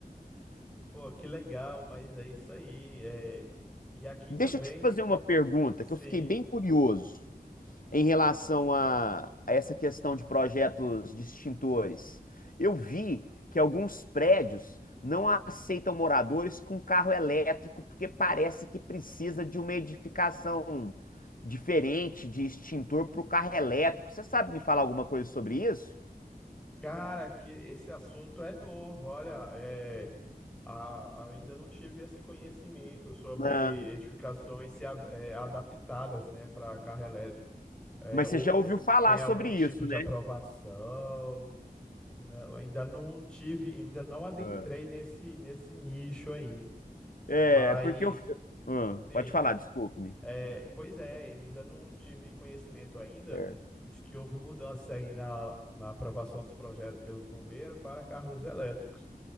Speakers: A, in the centre; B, on the left.
A: Pô, que legal, mas é isso aí. É... E aqui
B: Deixa
A: também,
B: eu te fazer uma pergunta
A: sim.
B: que eu fiquei bem curioso. em relação a, a essa questão de projetos distintores. Eu vi que alguns prédios não aceitam moradores com carro elétrico porque parece que precisa de uma edificação diferente de extintor para o carro elétrico. Você sabe me falar alguma coisa sobre isso?
A: Cara, que esse assunto é novo. Olha, é... a- ainda não tive esse conhecimento sobre
B: Ah,
A: edificações se ad- é, adaptadas, né, para carro elétrico. É,
B: mas
A: ou
B: você já ouviu falar
A: tem
B: sobre
A: algum
B: isso,
A: tipo de
B: né?
A: aprovação. Não, ainda não tive, ainda não adentrei
B: Ah.
A: nesse, nesse nicho aí.
B: É,
A: Mas,
B: porque eu. Ah,
A: sim.
B: pode falar, desculpe-me.
A: É, pois é, ainda não tive conhecimento ainda
B: Certo.
A: de que houve mudança aí na, na aprovação dos projetos pelos bombeiros para carros elétricos.